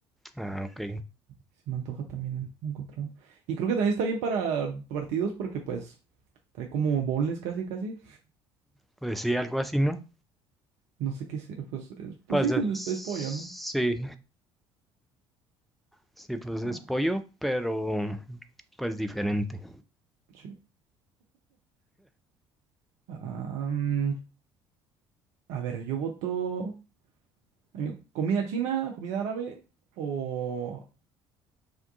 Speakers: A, in the centre; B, on the right.
A: Ah, ok.
B: Se me antoja también encontrarlo. Y creo que también está bien para partidos porque pues trae como boneless casi casi.
A: Pues sí, algo así, ¿no?
B: No sé qué sea, pues, es- pues
A: Pues
B: sí, siendo
A: es...
B: es, es pollo,
A: Sí,
B: ¿no?
A: sí, pues es
B: Ah,
A: pollo, pero pues diferente.
B: sí. Ah, mm, a ver, yo voto a mí, comida china, comida árabe o,